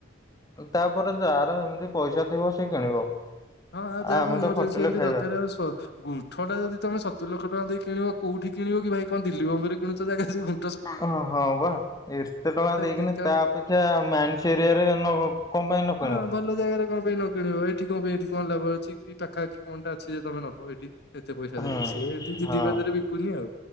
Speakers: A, on the left; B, on the left.
A: ତାପରେ ଯାହାର ଏମିତି ପଇସା ଥିବ ସେ କିଣିବ।
B: ହଁ ଆଉ ଯାହା
A: ଆ ଆମେ
B: ଏମର୍ଜେନ୍ସି
A: ତ ଖଟିଲେ
B: ଏମିତି
A: ଖାଇବା
B: ଦରକାର ଆସ ଗୁଣ୍ଠ ଟା ଯଦି ତେ ସତୁରି ଲକ୍ଷ ଟଙ୍କା ଦେଇକି କିଣିବ, କୋଉଠି କିଣିବ କି ଭାଇ କଣ ଦିଲ୍ଲୀ ବମ୍ବେ ରେ କିଣୁଚ ଜାଗା ସବୁ।
A: ହଁ, ବା। ଏତେ ଟଙ୍କା ଦେଇକିନି,
B: ଢେଙ୍କାନାଳ
A: ତା ଅପେକ୍ଷା ମାଇନ୍ସ ଏରିଆରେ କଣ ପାଇଁ ନ
B: ହଁ
A: କିଣିବ।
B: ଭଲ ଜାଗାରେ କଣ ପାଇଁ ନ କିଣିବ, ଏଇଠି କଣ ପାଇଁ ଏଠି କଣ ଲାଭ ଅଛି କି ପାଖାପାଖି କଣଟା ଅଛି ଯେ ତମେ ନବ ଏଠି। ଏତେ ପଇସା ଦେଇକି।
A: ହୁଁ
B: ସିଏ ଏନ୍ତି ଯିଦି
A: ହଁ
B: ବାଦରେ ବିକୁନି ଆଉ।